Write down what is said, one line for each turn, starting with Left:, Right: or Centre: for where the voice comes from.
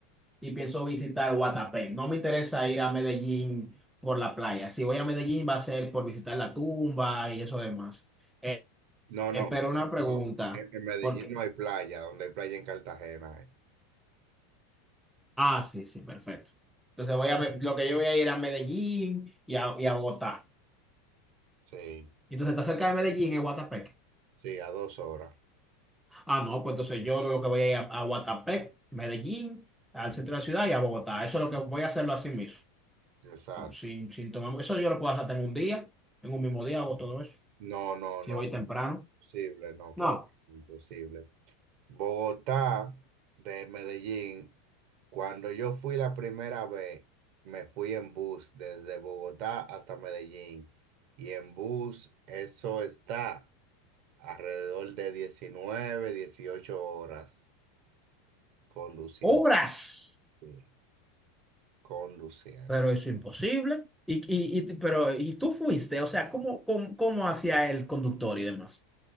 Centre: y pienso visitar Guatapé. No me interesa ir a Medellín por la playa. Si voy a Medellín va a ser por visitar la tumba y eso demás. Eh,
Right: No,
Centre: eh,
Right: no,
Centre: pero una pregunta,
Right: no. En, en Medellín
Centre: ¿por qué?
Right: no hay playa, donde hay playa en Cartagena. eh.
Centre: Ah, sí, sí, perfecto. Entonces voy a, lo que yo voy a ir a Medellín y a, y a Bogotá.
Right: Sí,
Centre: Entonces está cerca de Medellín es Guatapé.
Right: sí, a dos horas.
Centre: Ah, no, pues entonces yo lo que voy a ir a, a Guatapé, Medellín, al centro de la ciudad y a Bogotá. Eso es lo que voy a hacerlo así mismo.
Right: Exacto.
Centre: Sin, sin tomar, eso yo lo puedo hacer en un día, en un mismo día hago todo eso.
Right: No, no,
Centre: Si
Right: no.
Centre: voy temprano.
Right: Imposible, no, claro,
Centre: No,
Right: imposible. Bogotá de Medellín Cuando yo fui la primera vez, me fui en bus desde Bogotá hasta Medellín. Y en bus, eso está alrededor de 19, 18 horas conduciendo.
Centre: horas.
Right: sí, Conduciendo.
Centre: Pero eso es imposible. Y, y, y- pero, ¿y tú fuiste? O sea, ¿cómo, cómo, cómo hacía el conductor y demás?